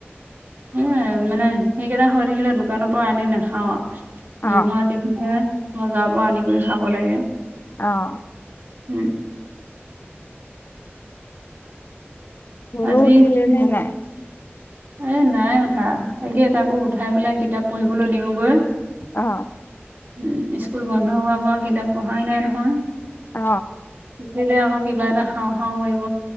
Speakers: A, on the right; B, on the left.
A: এ মানে, সেইকেইটা হৈ থাকিলে দোকানৰ পৰা আনি নাখাও আও।
B: অ
A: নোহোৱা দিনহে বজাৰৰ পৰা আনি কৰি খাব লাগে।
B: আহ।
A: উম।
B: ধুনু
A: আজি
B: উঠিলে
A: <unintelligible>
B: নে নাই
A: এ নাই উঠা, তাকে তাকো উঠাই পেলাই কিতাপ পঢ়িবলৈ দিওঁগৈ।
B: অ।
A: উম স্কুল বন্ধ হোৱাৰ পৰা কিতাপ পঢ়াই নাই নহয়।
B: অ।
A: সেইদিনা আক কিবা এটা খাওঁ খাওঁ কৰিব